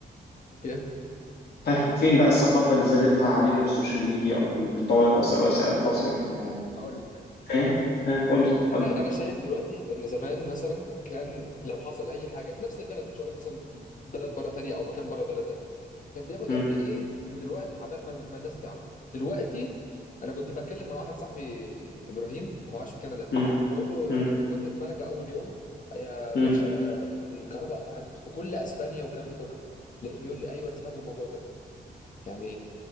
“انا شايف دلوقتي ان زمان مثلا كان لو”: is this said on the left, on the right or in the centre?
Left